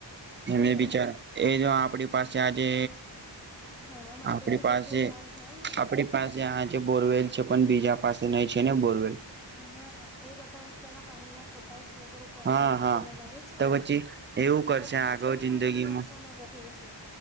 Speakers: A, in the centre; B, on the right (about 30°).
A: હા
B: એને
A: ના
B: બિચાર એ જો આપડી પાસે આજે
A: ખાવા માટે
B: આપડી
A: બી
B: પાસે
A: બટું હાલ થાય ને પઈ
B: આપડી પાસે આ જે બોરવેલ છે પણ બીજા પાસે નઈ છે ને બોરવેલ
A: હા એ બટા ઊંચાના પાણી ના કપાસ વગેરે કોટન
B: હા
A: વગેરે
B: હા
A: લગાડે છે
B: તો
A: ને
B: પછી એવું કરશે
A: એ બઠા
B: આગળ
A: ઊંચાના
B: જિંદગીમાં
A: પાણીની આશામાં બેઠેલ છે